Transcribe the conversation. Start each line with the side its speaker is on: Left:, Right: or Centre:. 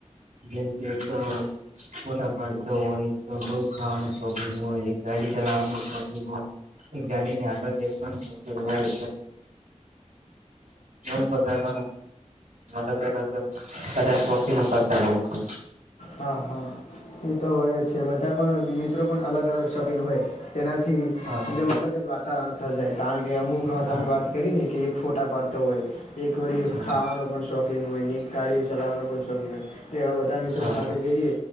Right: જેમ કે એક ફોટા પાડતો હોય એક બઉુ ખાવાનું શોખીન હોય એક ગાડી ચલાવાનું શોખીન હોય એક ગાડીને આગળ બેવાનું શોખીન હોયમ કેગાડવા અલગ અલગ કધા શોખીનો કરતા હોય છે
Left: હા હા એ તો હોય છે બધા પણ મિત્રો પણ અલગ અલગ શોપિન હોય તેનાથી એકદમ
Right: હા
Left: અલગ જ વાતાવરણ સરર્જાય કારણ કે અમુક
Right: હા
Left: તમે વાત કરીને કે એક ફોટા પાડતો હોય એક વી
Right: હા
Left: ખાવાનો પણ શોખીન હોય ને ગાડી ચલાવવાનો પણ શોખીન હોય લ એવા બધા મિત્રો
Right: હા
Left: સાથે જઈએ